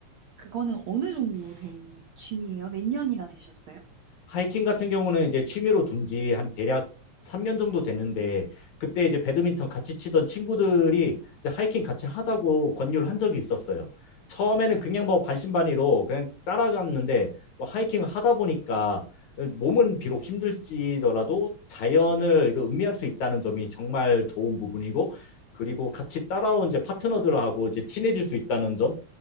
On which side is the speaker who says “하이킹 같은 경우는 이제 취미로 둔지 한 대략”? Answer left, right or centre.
Left